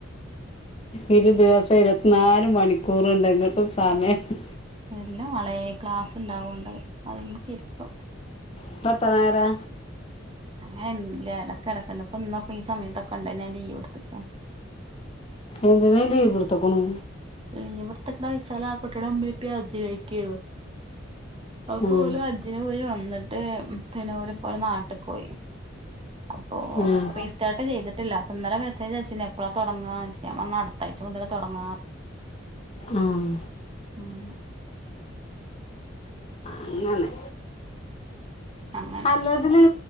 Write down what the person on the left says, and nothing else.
ഒരു ദിവസം ഇരുപത്തിനാല് മണിക്കൂറ് ഉണ്ട് എന്നിട്ടും സമയില്ല
ഇപ്പെത്ര നേരാ
എന്തിനാ ലീവെടുത്തേക്കണു
ഉം,
ഉം
ഉംഹ്
അങ്ങനെ
അല്ലതില്